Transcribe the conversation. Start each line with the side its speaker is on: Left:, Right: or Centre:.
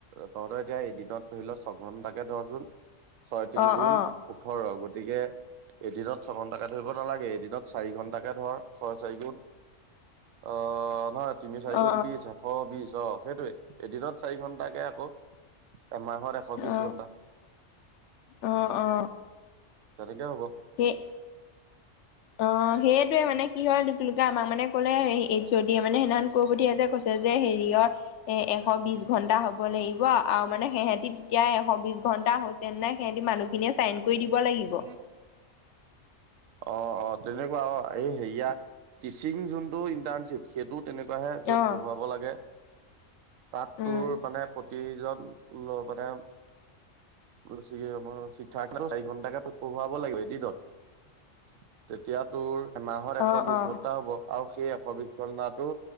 Right: তহঁতৰ এতিয়া এদিনত ধৰি ল ছঘন্টাকে ধৰচোন। ছয় তিনি
Left: অ
Right: গুণ
Left: অ
Right: ওঠৰ গতিকে? এদিনত ছঘন্টাকে ধৰিব নালাগে এদিনত চাৰি ঘন্টাকে ধৰ ছয় চাৰি গুণ? অ', নহয়। তিনি চাৰি
Left: অ
Right: গুণ বিশ এশ বিশ অ, সেইটোয়েই এদিনত চাৰি ঘন্টাকে আকৌ। এমাহত এশ বিশ
Left: অ
Right: ঘণ্টা।
Left: অ অ অ
Right: সেইটোৱেই হ'ব।
Left: সেই অ', সেইটোয়ে মানে কি হয় দুুকুলুকে আমাক মানে ক'লে, এইচ অ' ডি য়ে মানে হেইদিনাখন কৈ পঠিয়া যে কৈছে। যে হেৰিয়ৰ এ-এশ বিশ ঘন্টা হব লাগিব আৰু মানে হেহেতি তেতিয়া এশ বিশ ঘ ঘণ্টা হৈছে নে নাই সিহতে মানুহখিনিয়ে চাইন কৰি দিব লাগিব
Right: অ', অ'। তেনেকুৱা আৰু এ-এই-হেৰিয়া টিচিং যোনটো ইন্টাৰণশ্বিপ সেইটোত তেনেকুৱাহে য'ত
Left: অ
Right: পঢ়োৱাব লাগে। তাত
Left: উম
Right: তোৰ মানে প্ৰতিজন <unintelligible> <unintelligible> শিক্ষাৰ্থ চাৰি ঘন্টাকে পঢ়োৱাব লাগিব এদিনত। তেতিয়া তোৰ এমাহত এশ
Left: অ
Right: বিশ
Left: অ
Right: ঘন্টা হ'ব আৰু সেই এশ বিশ ঘলনাটো